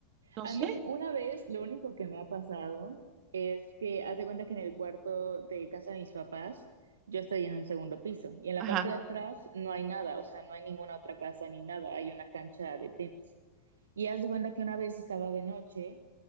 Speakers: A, on the right; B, on the right.
A: no
B: A
A: sé.
B: mí una vez lo único que me ha pasado es que haz de cuenta que en el cuarto de casa de mis papás yo estoy en un segundo piso y en la
A: Ajá,
B: parte de atrás no hay nada, o sea, no hay ninguna otra casa ni nada, hay una cancha de tenis. Y haz de cuenta que una vez estaba de noche